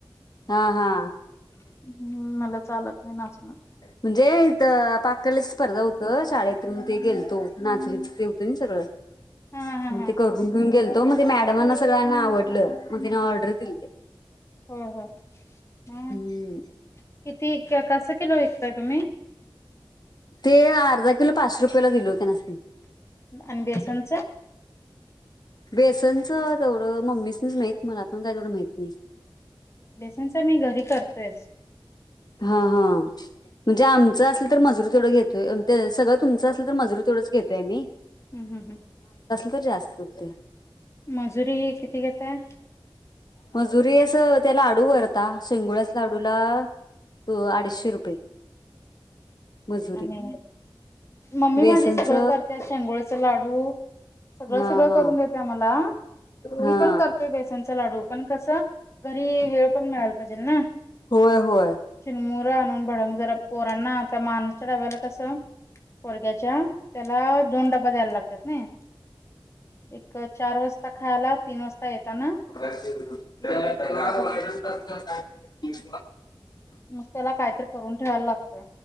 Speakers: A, on the left; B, on the left.
A: हा हा.
B: हम्म मला चालत नाही नाचणं.
A: म्हणजे इथं पाककलेच स्पर्धा हो त शाळेतून ते गेलतो नाचणीचं ते होत नई सगळं
B: हा हा
A: म
B: हा
A: ते करून घेऊन गेलतो मग ते मॅडमांना सगळ्यांना आवडलं मग त्यांनी ऑर्डर दिलते.
B: हम्म हम्म
A: हम्म
B: म किती क कसं किलो विक त तुम्ही
A: ते अर्धा किलो पाचशे रुपयाला दिलो त्यनासणी
B: आणि बेसनच?
A: बेसनचं तेवढं मम्मीसनी च माहित मला पण काय तेवढं माहित नाही.
B: बेसनच मी घरी करतोयच.
A: हा हा. म्हणजे आमचं असल तर मजूर तेवढ घेतोय त सगळं तुमचं असलं तर मजुरी तेवढच घेतोय मी
B: हम्म हम्म हम्म.
A: त जास्त हुतय
B: मजुरी किती घेताय?
A: मजुरी अस त्या लाडू वर आता शेंगुळ्याच लाडू तुला तू अडीचशे रुपये मजुरी
B: आणि मम्मी
A: बेसनच
B: माझी सगळं करत्या शेंगुळ्याच लाडू सगळं
A: हा
B: सगळं
A: हा
B: करून देत्या मला
A: हा
B: मी पण करतोय बेसनचा लाडू पण कसं घरी वेळ पण मिळायला पाहिजेल ना.
A: होय होय
B: चिरमुर आणून भडंग जरा पोरांना आता माणसच्या डाब्याला कसं पोरग्याच्या त्याला दोन डबा द्यायला लागतात ना एक चार वाजता खायला तीन वाजता येता ना
A: <unintelligible> <unintelligible>
B: मग त्याला कायतरी करून ठेवायला लागतंय.